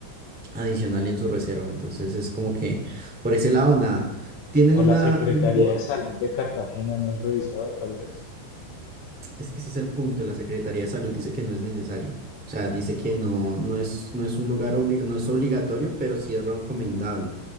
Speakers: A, in the centre; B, on the left.
A: adicional en su reserva, entonces es como que por ese lado nada. Tienen
B: O
A: una,
B: la Secretaría
A: un bot
B: de Salud de Cartagena, ¿no has revisado tal vez?
A: Es que ese es el punto. La Secretaría de Salud dice que no es necesario. O sea, dice
B: No.
A: que no, no es, no es un lugar obli- no es obligatorio, pero sí es recomendable.